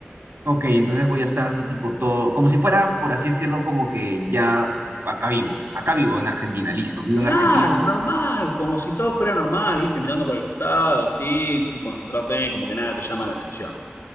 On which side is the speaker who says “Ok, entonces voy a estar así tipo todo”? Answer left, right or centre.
Right